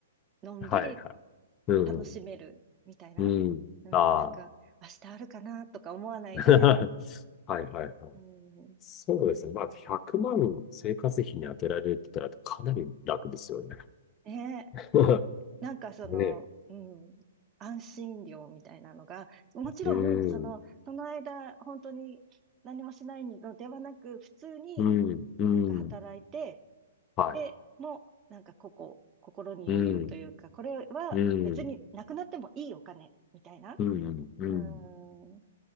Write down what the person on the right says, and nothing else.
のんびり
楽しめるみたいな。
うん、
なんか、明日あるかなとか思わないで、
うん、
ねえ
なんかその、
うん、安心料みたいなのが、もちろん、
その、その間、本当に何もしないのではなく、普通に
なんか働いて、
で、もう、なんかここ、心に余裕というか、
これは別になくなってもいいお金、
みたいな。
う